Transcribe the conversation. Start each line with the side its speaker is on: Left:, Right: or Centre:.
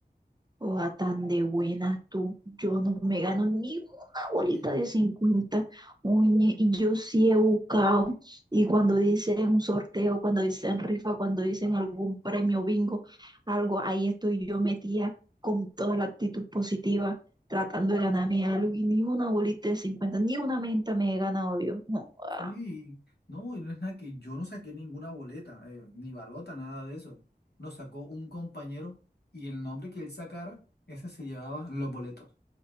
Right: Oa tan de buena tú. Yo no me gano ni una bolita
Left: <clears throat>
Right: de cincuenta, Oye, y yo sí he buscado. Y cuando dicen un sorteo, cuando dicen rifa, cuando dicen algún premio bingo, algo, ahí estoy yo metida con toda la actitud positiva, tratando de ganarme algo. Y ni una bolita de 50, ni una menta me he ganado yo. No, ah,
Left: Sí, no, y no es nada que yo no saqué ninguna boleta, eh, ni balota, nada de eso. Lo sacó un compañero y el nombre que él sacara, ese se llevaba los boletos.